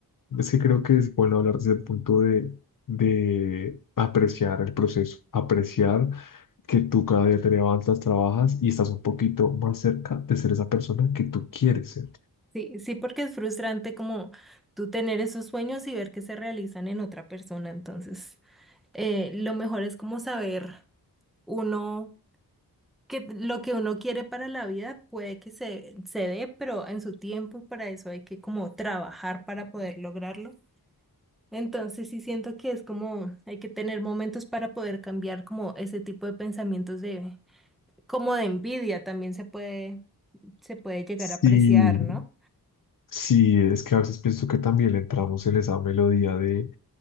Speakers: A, on the left (about 55°); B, in the centre.
A: es que creo que es bueno hablar desde el punto de, de apreciar el proceso, apreciar que tú cada día te levantas, trabajas y estás un poquito más cerca de ser esa persona que tú quieres ser.
B: Sí, sí, porque es frustrante como tú tener esos sueños y ver que se realizan en otra persona. Entonces, eh, lo mejor es como saber uno que lo que uno quiere para la vida puede que se, se dé, pero en su tiempo y para eso hay que como trabajar para poder lograrlo. Entonces sí siento que es como hay que tener momentos para poder cambiar como ese tipo de pensamientos de como de envidia también se puede se puede llegar
A: Sí,
B: a apreciar, ¿no?
A: sí, es que a veces pienso que también le entramos en esa melodía de,